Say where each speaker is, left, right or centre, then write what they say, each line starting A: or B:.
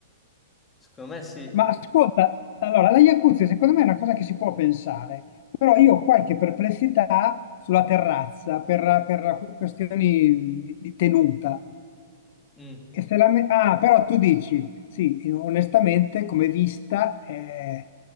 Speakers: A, on the left; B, on the left.
A: secondo me sì,
B: Ma ascolta, allora, la jacuzzi secondo me è una cosa che si può pensare, però io ho qualche perplessità sulla terrazza per, per questioni di, di tenuta.
A: Mm.
B: E se la me- Ah, però tu dici, sì, onestamente, come vista, eh,